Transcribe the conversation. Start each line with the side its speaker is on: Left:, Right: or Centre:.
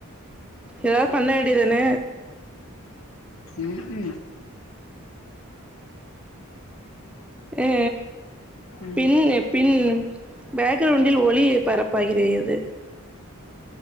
Centre: ஏதாது பண்ண வேண்டிதான
Left: ம் ம்
Centre: அ
Left: ம்
Centre: பின் பின் பேக்கிரவுண்டில் ஒளி பரப்பாகிறறது